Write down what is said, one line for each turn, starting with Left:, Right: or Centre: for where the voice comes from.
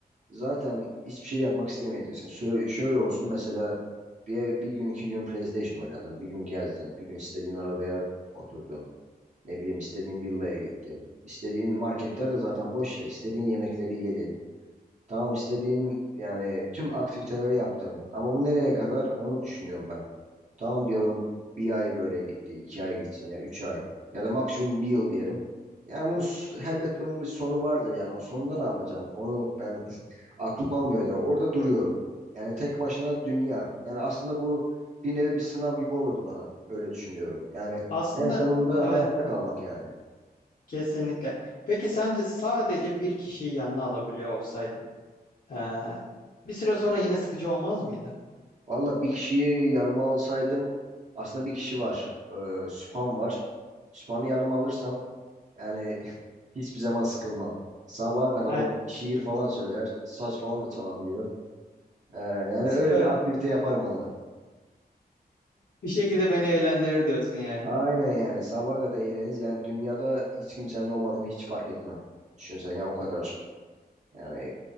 Right: zaten hiçbir şey yapmak istemeyeceksin. Sö- şöyle olsun mesela bir, bir gün iki gün PlayStation oynadın. Bir gün gezdin. Bir gün istediğin arabaya oturdun. Ne bileyim istediğin villaya gittin. İstediğin marketler de zaten boş ya. İstediğin yemekleri yedin. Tamam istediğin yani tüm aktiviteleri yaptın. Ama bu nereye kadar onu düşünüyorum ben. Tamam diyorum bir ay böyle gitti. iki ay gitsin ya üç ay. Ya da maksimum bir yıl diyelim. Yani bunun, s- elbet bunun bir sonu vardır yani. O sonunda ne yapacağım? Onu ben <laughs> aklım almıyor zaten. Orada duruyorum. Yani tek başına dünya. Yani aslında bu bir nevi bir sınav gibi olurdu bana. Öyle düşünüyorum. Yani
Left: Aslında
Right: en sonunda
Left: evet
Right: hayatta kalmak yani.
Left: kesinlikle. Peki sence sadece bir kişiyi yanına alabiliyor olsaydın eee, bir süre sonra yine sıkıcı olmaz mıydı?
Right: Valla bir kişiyi yanıma alsaydım aslında bir kişi var. Ee, Süphan var. Süphan'ı yanıma alırsam yani <laughs> hiçbir zaman sıkılmam. Sabaha kadar
Left: Yani
Right: o şiir falan söyler. Saz falan da çalabiliyor. Ee, yani
Left: süper
Right: öyle bir aktivite yaparım onunla.
Left: bir şekilde beni eğlendirir diyorsun yani.
Right: Aynen yani sabaha kadar eğleniriz. Yani dünyada hiç kimsenin olmadığını hiç fark etmem. Düşünsen ya o kadar yani